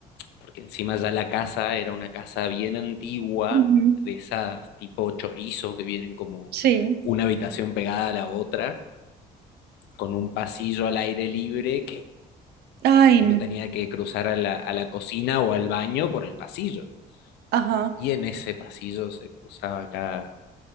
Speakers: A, on the left (about 85°); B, on the right (about 70°).
A: porque encima ya la casa era una casa bien antigua,
B: Ujú,
A: de esas tipo chorizo que vienen como
B: Sí.
A: una habitación pegada a la otra, con un pasillo al aire libre que
B: Ay,
A: uno
B: no.
A: tenía que cruzar a la, a la cocina o al baño por el pasillo.
B: Ajá.
A: Y en ese pasillo se cruzaba cada